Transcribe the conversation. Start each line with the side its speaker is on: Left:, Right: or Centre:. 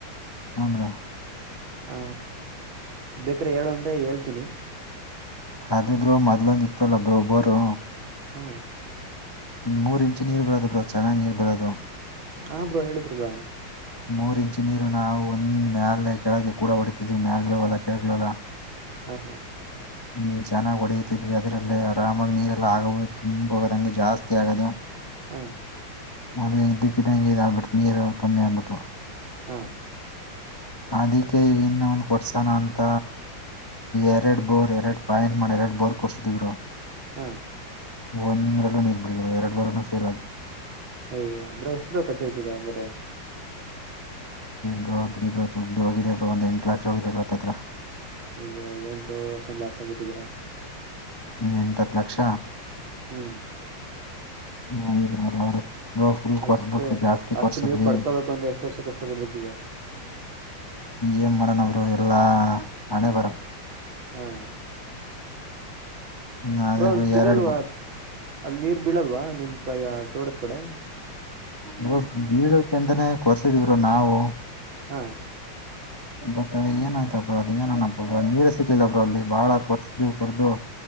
Left: ಹಂಗೆ
Right: ಹ ಬೇಕ್ರೆ ಹೇಳು ಅಂದ್ರೆ ಹೇಳ್ತೀನಿ
Left: ಅದೇ ಬ್ರೋ ಮೊದ್ಲೊಂದ ಇತ್ತುಲ್ಲ ಬ್ರೊ ಒಬ್ಬರು
Right: ಹಾ
Left: ಒಂದ್ ಮೂರ್ ಇಂಚು ನೀರ್ ಬರೋದು ಬ್ರೋ ಚೆನ್ನಾಗ್ ನೀರ್ ಬರೋದು
Right: ಹಾ ಬ್ರೋ ಹೇಳಿದ್ರಿ ಅಲ್ಲ
Left: ಮೂರ್ ಇಂಚಿನೀರು ನಾವು ಒಂದ್ ಮ್ಯಾಲೆ ಕೆಳಗೆ ಕೂಡ ಹೊಡಿತಿದೆ ಮ್ಯಾಂಗಲೋಲ ಕೆಳಗ್ಲೋಲ
Right: ಹಾ ಹಾ
Left: ಹ್ಮ್ ಚೆನ್ನಾಗ್ ಹೊಡತಿದ್ವಿ ಅದ್ರಲ್ಲಿ ಆರಾಮಾಗಿ ನೀರೆಲ್ಲಾ ಆಗಬಹುದು ತುಂಬ ಹೋಗದಂಗೆ ಜಾಸ್ತಿ ಆಗದು
Right: ಹಾ
Left: ನೆ ಇದಕ್ಕಿದ್ದಂಗೆ ಇದಾಗ್ ಬಿಡ್ತು ನೀರು ಕಮ್ಮಿ ಆಗ್ಬಿಟ್ಟು
Right: ಹಾ
Left: ಅದಿಕ್ಕೆ ಈಗ ಇನ್ನ ಒಂದ್ ಕೊಡ್ಸಾನ ಅಂತ ಎರಡ್ ಬೋರ್ ಎರಡ್ ಪಾಯಿಂಟ್ ಮಾಡಿ ಎರಡ್ ಬೋರ್ ಕೊರ್ಸಿದಿವ್ರು ಬ್ರೋ
Right: ಹ್ಮ
Left: ಒಂದ್ರಲ್ಲೂ ನೀರ್ ಬಿಳ ಎರಡ್ ಬಾರನು ಫೇಲ್ ಆದರು
Right: ಅಯ್ಯ ಅಂದ್ರ ಎಷ್ಟುೂಡ ಖರ್ಚ ಐತಿ ಈಗ ಹಂಗಾದ್ರೆ
Left: ಬ್ರ ಬಿಡಿಬ್ರ ದುಡ್ಡುವಿದ ಬ್ರ ಒಂದ್ ಎಂಟು ಲಕ್ಷ ಆಗಿದವ್ರತ್ತ್ರ
Right: ಅಯ್ಯೋ ಏನ್ ಬರೋ ವರ್ಷ ಲಾಸ್ ಆಗ್ಬಿಟ್ಟಿದೀರಾ
Left: ಎಂಟತ್ ಲಕ್ಷ
Right: ಹ್ಮ್
Left: ನಳ ಬಾರ ಹ್ರ ಬ್ರೋಫುಲ್ ಕೊಸಬಟ್ವಿ
Right: ಅಷ್ಟು
Left: ಜಾಸ್ತಿ
Right: ಅಷ್ಟು
Left: ಕೊರ್ಸಿದ್ವಿ
Right: ನೀವು ಪಡ್ಕೋಬೇಕು ಅಂದ್ರೆ ಎಷ್ಟು ವರ್ಷ ಕಷ್ಟ ಪಡ್ಬೇಕು ಈಗ
Left: ಏನ್ ಮಾಡಣ ಅವರು ಎಲ್ಲಾ ಹಣೆ ಬರ
Right: ಹಾ
Left: ಹ್ಮ್ ಅದೇ
Right: ಬ್ರೋ ಸಿಗಲ್ವಾ
Left: ಎರಡ್ ಬೋ
Right: ಅಲ್ಲಿ ನೀರ್ ಬೀಳಲ್ವಾ ನಿಮ್ ತೋಟದ ಕಡೆ
Left: ಬ್ರೋ ಬೀಳುತ್ತ ಅಂತಾನೇ ಕೊರ್ಸಿದಿದ್ರು ಬ್ರೋ ನಾವು
Right: ಹಾ
Left: ಬಟ್ ಏನಯ್ತ ಬ್ರ ಅದ ಏನನಪ್ಪ ನೀರ್ ಸಿಕ್ಲಿಲ್ಲ ಬ್ರ ಅಲ್ಲಿ ಬಾಳ ಕೊರ್ಸ್ದು ಕೊರ್ದುು